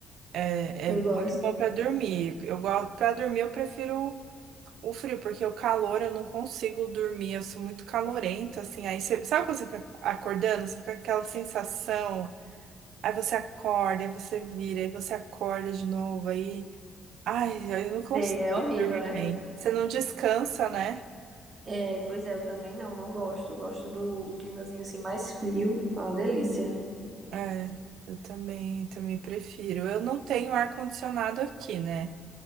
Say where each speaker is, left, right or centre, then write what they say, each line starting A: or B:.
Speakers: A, on the right; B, on the right.
A: é,
B: Eu
A: é muito
B: gosto.
A: bom pra dormir. Eu gosto para dormir, eu prefiro o frio, porque o calor eu não consigo dormir, eu sou muito calorenta assim. Aí você, sabe quando você fica acordando, você fica com aquela sensação, aí você acorda, aí você vira, aí você acorda de novo aí. Ai, eu não consigo
B: Sei, É horrível,
A: dormir
B: né?
A: bem. Você não descansa, né?
B: É, pois é, eu também não, não gosto. Eu gosto do, do climazinho assim mais frio. Ah, delícia.
A: É, eu também, também prefiro. Eu não tenho ar-condicionado aqui, né?